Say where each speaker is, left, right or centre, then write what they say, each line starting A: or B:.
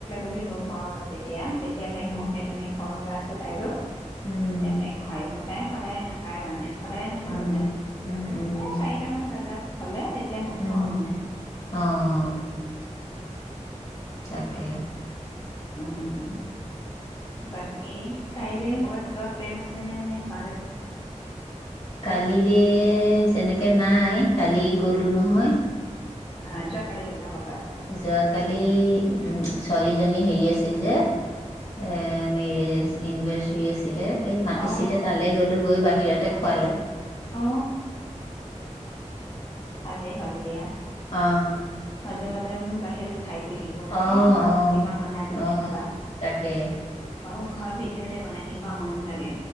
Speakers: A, on the left; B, on the left.
A: বুলি গম পাওঁ আৰু তেতিয়া তেতিয়া তেতিয়া তাই
B: উম,
A: কো সে তেনেকে ফৰ্মুলাছ তাইৰো
B: উম,
A: তেতিয়া তাই খুৱাই দিও। তাই সদায় নাপায় মানে সদায় নহয়
B: উম,
A: মানে,
B: উম, উম,
A: এনে চাৰিটামান বজাত হ'লে তে এতিয়া নোখুৱাওঁ
B: উম,
A: মানে
B: অ', তাকে।
A: বাকী কাইলৈ কৰ'বাত যোৱা প্লেন আছে নে নে ঘৰতে থাকিবা
B: কালিলে যেনেকে নাই কালি গলো নহয়
A: হয় যোৱাকালি গ'লা কবাত
B: যোৱাকালি উ ছোৱালীজনী হেৰি আছিল যে এ মেৰেজ এনিভাৰ্চাৰী আছিলে মাতিছিলে
A: অ
B: তালৈ গ'লো গৈ ব ইয়াতেত খোৱালে
A: অ ভালেই হ'ল দিয়া
B: অ
A: মাজে মাজে বাহিৰতো খাই থাকিব লাগে
B: অ
A: ন ঘৰতনো
B: অ
A: কিমান বনাই বনাই
B: অ
A: খাবা
B: তাকে
A: অ ঘৰত বিধে বিধে বনাই থাকিব আমনিও লাগে